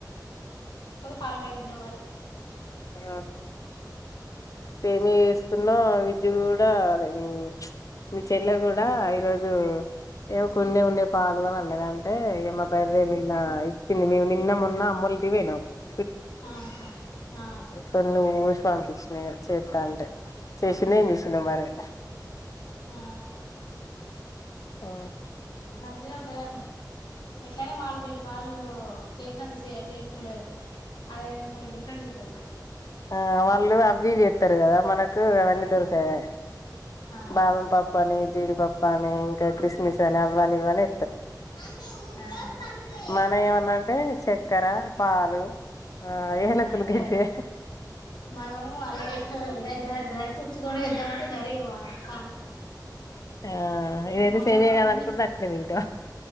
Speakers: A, on the left (about 75°); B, on the left (about 50°).
A: పాలపాకెట్లో
B: అ సేమియా చూసుకున్నాం విద్య కూడాదే మీ చెల్లె కూడా ఈరోజు ఏమ కొండే ఉండే పాదు అని అన్నది అంటే ఏ మా బర్రే నిన్న ఇచ్చింది మేము నిన్న మన్న అమ్మ ే
A: ఆహా ఆ
B: కొ నువ్వు పంపించినాయి చేస్తా అంటే చేసిన్నా నిసింద
A: అవునా
B: మరి
A: ఆ
B: ఆ
A: మంచినే ఉంటుది ఎట్లనా వాళ్ళు బట్టి వాళ్ళు ను చేసినంత టేస్ట్ ఉండదు అదే కొంచెం డిఫరెంట్గా ఉంటది
B: ఆ వాళ్ళు అవి చెతారు కదా మనకు అవన్నీ దొరికాయా
A: ఆ
B: బాదం పాప్ప అని జీడిపప్ప అని ఇంకా క్రిస్మిస్ అని అవన్నీ ఇవని
A: మమ్మీ ఊరికే
B: మన ఏమన్నా అంటే చక్కెర పాలు ఆ ఏలకులు
A: అంతే
B: గంతే
A: మనం అలాగే డై ఫ్రూట్స్ కొని వద్దామంటే మనన
B: ఆ ఇదైతే
A: మనం
B: సేమే
A: అన్నీ
B: కదా అనుకుంట అట్నే తింటాం